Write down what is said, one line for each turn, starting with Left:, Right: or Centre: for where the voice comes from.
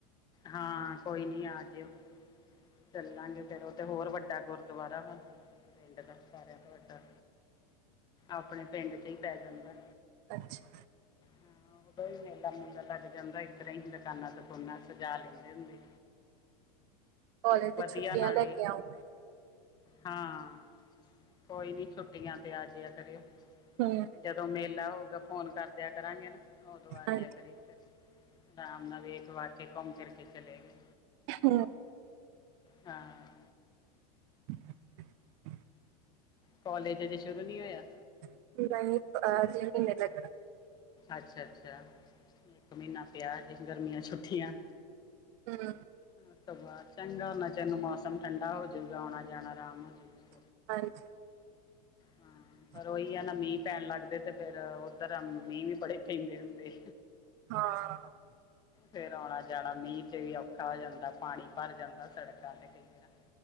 Left: ਹਾਂ ਕੋਈ ਨਹੀਂ ਆ ਜਿਓ। ਚੱਲਾਂਗੇ ਫੇਰ ਉਹ ਤੇ ਹੋਰ ਵੱਡਾ ਗੁਰਦੁਆਰਾ ਵਾ ਪਿੰਡ ਦਾ। ਸਾਰਿਆਂ ਤੋਂ ਵੱਡਾ ਆਪਣੇ ਪਿੰਡ ਚ ਹੀ ਪੈ ਜਾਂਦਾ।
Right: ਅੱਛਾ।
Left: ਹਾਂ ਉਦੋਂ ਵੀ ਮੇਲਾ ਮੂਲਾ ਲੱਗ ਜਾਂਦਾ ਇਸ ਤਰ੍ਹਾਂ ਹੀ ਦੁਕਾਨਾਂ ਦੁਕੂਨਾ ਸਜਾ ਲੈਂਦੇ ਹੁੰਦੇ।
Right: ਕਾਲਜ ਦੀ
Left: ਵਧੀਆ
Right: ਛੁੱਟੀਆਂ
Left: ਨਾਲੇ।
Right: ਲੈ ਕੇ ਆਊਂਗੀ।
Left: ਹਾਂ ਕੋਈ ਨੀ ਛੁੱਟੀਆਂ ਤੇ ਆਜਿਆ ਕਰਿਓ।
Right: ਹਮ। <inaudible>
Left: ਜਦੋਂ ਮੇਲਾ ਹੋਊਗਾ ਫੋਨ ਕਰ ਦਿਆ ਕਰਾਂਗੇ ਨਾ ਉਦੋਂ ਆਜਿਆ
Right: ਹਾਂਜੀ
Left: ਕਰੀਓ ਫਿਰ। <unintelligible> ਵੇਖ ਵਾਖ ਕੇ ਘੁੰਮ ਘਮ ਕੇ ਚਲੇ ਗਏ।
Right: <unintelligible>
Left: ਹਾਂ।
Right: <unintelligible>
Left: ਕਾਲੇਜ ਅਜੇ ਸ਼ੁਰੂ ਨੀ ਹੋਇਆ।
Right: <unintelligible> ਲਗਣਾ।
Left: ਅੱਛਾ ਅੱਛਾ ਇੱਕ ਮਹੀਨਾ ਪਿਆ ਅਜੇ ਗਰਮੀਆਂ ਛੁੱਟੀਆਂ।
Right: <unintelligible>
Left: <unintelligible> ਚੰਗਾ ਹਨਾ ਉਨੇ ਚਿਰ ਨੂੰ ਮੌਸਮ ਠੰਡਾ ਹੋਜੂਗਾ ਆਉਣਾ ਜਾਣਾ ਆਰਾਮ ਹੋਜੂਗਾ।
Right: <unintelligible>
Left: ਹਾਂ ਪਰ ਉਹੀ ਆ ਨਾ ਮੀਂਹ ਪੈਣ ਲੱਗਦੇ ਤੇ ਫੇਰ ਉੱਧਰ ਮੀਂਹ ਵੀ ਬੜੇ ਪੈਂਦੇ ਹੁੰਦੇ।
Right: ਹਾਂ।
Left: ਫੇਰ ਆਉਣਾ ਜਾਣਾ ਮੀਂਹ ਤੇ ਵੀ ਔਖਾ ਹੋ ਜਾਂਦਾ। ਪਾਣੀ ਭਰ ਜਾਂਦਾ ਸੜਕਾਂ ਤੇ ਕਈ ਵਾਰ।